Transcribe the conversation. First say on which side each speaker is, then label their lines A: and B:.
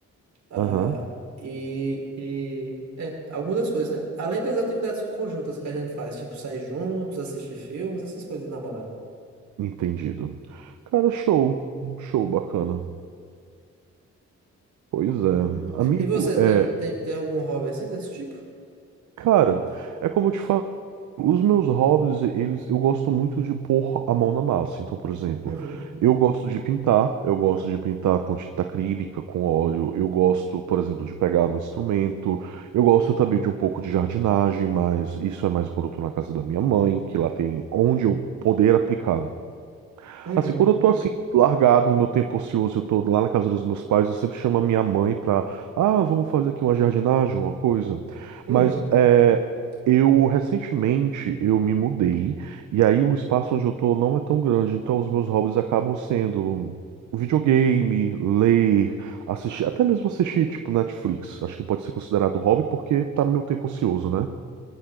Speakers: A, on the right; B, on the right.
A: Ah,
B: Aham,
A: e, e é, algumas das coisas, né? Além das atividades conjuntas que a gente faz, tipo sair juntos, assistir filmes, essas coisas de namorado.
B: entendido. Cara, show. Show, bacana. Pois é.
A: Uhum.
B: Amigo,
A: E você tem,
B: é.
A: tem, tem algum hobby assim desse tipo?
B: Cara, é como eu te falo, os meus hobbies, eles, eu gosto muito de pôr a mão na massa. Então, por exemplo,
A: Uhum.
B: eu gosto de pintar, eu gosto de pintar com tinta acrílica, com óleo, eu gosto, por exemplo, de pegar um instrumento, eu gosto também de um pouco de jardinagem, mas isso é mais quando eu tô na casa da minha mãe, que lá tem onde eu poder aplicar.
A: Uhum.
B: Assim, quando eu tô assim, largado no meu tempo ocioso, eu tô lá na casa dos meus pais, eu sempre chamo a minha mãe pra, ah, vamos fazer aqui uma jardinagem, uma coisa.
A: Uhum.
B: Mas é, eu, recentemente, eu me mudei, e aí o espaço onde eu tô não é tão grande, então os meus hobbies acabam sendo videogame, ler, assistir, até mesmo assistir, tipo, Netflix. Acho que pode ser considerado hobby porque tá no meu tempo ocioso, né?